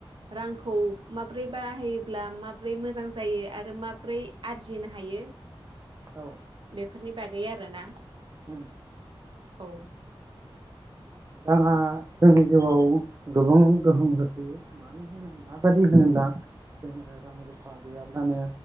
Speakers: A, on the right (about 60°); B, on the right (about 30°).
A: रांखौ माब्रै बाहायोब्ला माबोरै मोजां जायो। आरो माब्रै आरजिनो हायो।
B: औ।
A: बेफोरनि बागै आरो ना।
B: उम।
A: औ।
B: राङा जोंनि जिउआव गोबां गोहोम खोख्लैयो मानोहोनोब्ला माबादि होनोब्ला जोङो रां रुफा गैयाब्लानो